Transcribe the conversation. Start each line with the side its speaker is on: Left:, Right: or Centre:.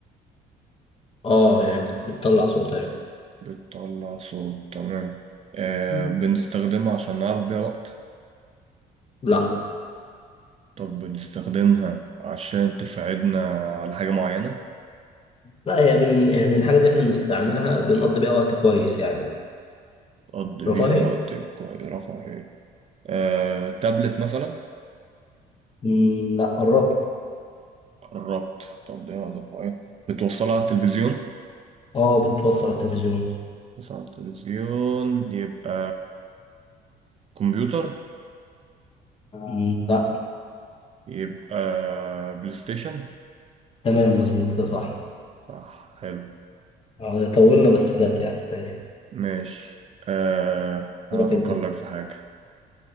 Left: اه يعني بتطلع صوت ايوه
Right: بتطلع صوت تمام أه
Left: مم.
Right: بنستخدمها عشان نعرف بيها وقت
Left: لا
Right: طب بنستخدمها عشان تساعدنا على حاجة معينة
Left: لا هي بن يعني الحاجة دي احنا بنستعملها بنقضي بيها وقت كويس يعني
Right: تقضي
Left: رفاهية
Right: بيها وقت كويس رفع ايه آه، تابلت مثلا
Left: مم، لا قربت
Right: قربت تقضي وقت رفع ايه بتوصلها على التلفزيون
Left: اه بتوصل على التلفزيون
Right: بتوصلها على التلفزيون يبقى كمبيوتر
Left: مم، لا
Right: يبقى بلاي ستيشن
Left: تمام مظبوط ده صح
Right: صح حلو
Left: آه، طولنا بس جت يعني ماشي.
Right: ماشي آه انا
Left: دورك
Right: افكر
Left: انت بقى.
Right: لك في حاجة